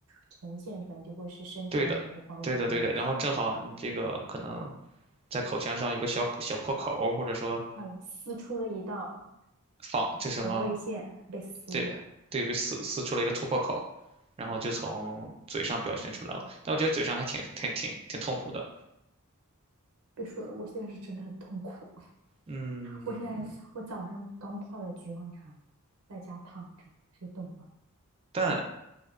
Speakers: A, on the right; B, on the right.
A: 呈现出来，就会是身体的某一个方面出问题。
B: 对的，对的，对的。然后正好你这个可能在口腔上有个小小破口儿或者说
A: 好了，撕出了一道
B: 仿这什么，
A: 防卫线，被撕裂了。
B: 对对，被撕撕出了一个突破口，然后就从嘴上表现出来了。但我觉得嘴上还挺挺挺挺痛苦的。
A: 别说了，我现在是真的很痛苦。
B: 嗯，
A: 我现在我早上刚泡了菊花茶，在家躺着，谁懂啊？
B: 但